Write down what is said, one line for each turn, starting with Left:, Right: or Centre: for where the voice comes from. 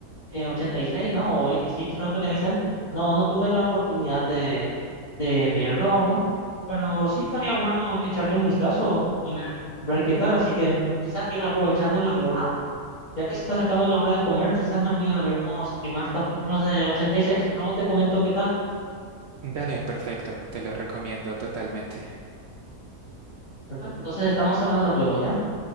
Left: eh, 86, ¿no? O 86, creo que le dicen. No, no tuve la oportunidad de, de verlo aún, pero sí estaría bueno echarle un vistazo y ver, ver qué tal. Así que quizás, mira, aprovechando la hora. Ya que se está acercando la hora de comer, quizás me voy a ver unos primeros capítulos de 86 y seis y luego te comento qué tal.
Right: Dale, perfecto, te lo recomiendo totalmente.
Left: Perfecto, entonces estamos hablando luego, ¿ya?